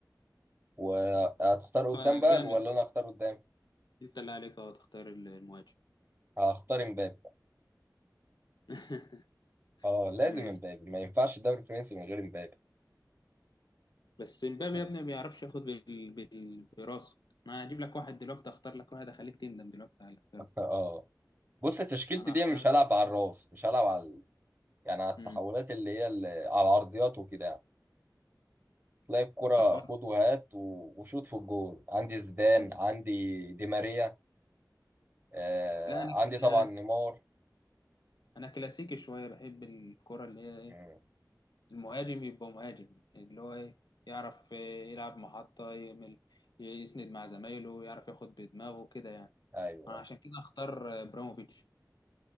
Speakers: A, on the right; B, on the left.
A: وهتختار قدام
B: آه،
A: بقى
B: جامد
A: ولا
B: برضه
A: انا اختار قدام
B: انت اللي عليك اهو تختار ال- المهاجم
A: هختار امبابي بقى.
B: <laughs>
A: اه لازم
B: ماشي
A: امبابي ما ينفعش الدوري الفرنسي من غير امبابي
B: بس مبابي
A: <laughs>
B: يا ابني ما بيعرفش ياخد بال... بال... براسه انا هجيب لك واحد دلوقتي اختار لك واحد اخليك تندم دلوقتي على اللي اخترته
A: اه بص تشكيلتي
B: انا
A: دي
B: هختار
A: مش هلعب على الراس مش هلعب على ال- يعني على التحولات
B: امم
A: اللي هي اللي على العرضيات وكده يعني تلاقي الكرة
B: انت حر
A: خد وهات و- وشوط في الجول عندي زيدان
B: مم.
A: عندي دي ماريا آه
B: لا انا
A: عندي طبعا
B: انا
A: نيمار
B: انا كلاسيكي شويه بحب الكره اللي هي ايه
A: مم.
B: المهاجم يبقى مهاجم اللي هو ايه يعرف إيه، يلعب محطه يعمل يسند مع زمايله يعرف ياخد بدماغه كده يعني
A: ايوه
B: انا
A: أيوة.
B: عشان كده اختار ابراموفيتش